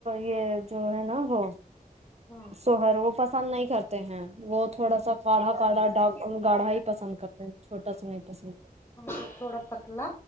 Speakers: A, on the right; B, on the left.
A: یہ جو ہے نا وہ
B: ہاں
A: سوہر وہ پسند نہیں کرتے ہیں وہ تھوڑا سا گاڑھا گاڑھا ڈاک گاڑھا ہی پسند کرتے ہیں چھوٹا سا نہیں پسند کرتے
B: ہمیں تھوڑا پتلا